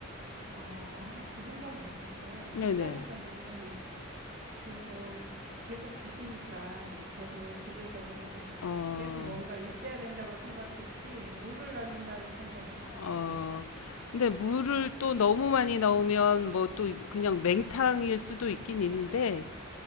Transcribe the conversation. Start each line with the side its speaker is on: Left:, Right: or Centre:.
Right: 아, 그 생각은 못 했어요.
Left: 네네.
Right: 식당에서는 계속, 계속 주시니까 저도 집에서도
Left: 어,
Right: 계속 뭔가 있어야 된다고 생각했지, 물을 넣는다는 생각은 못 했어요.
Left: 어. 근데 물을 또 너무 많이 넣으면 뭐 또 그냥 맹탕일 수도 있긴 있는데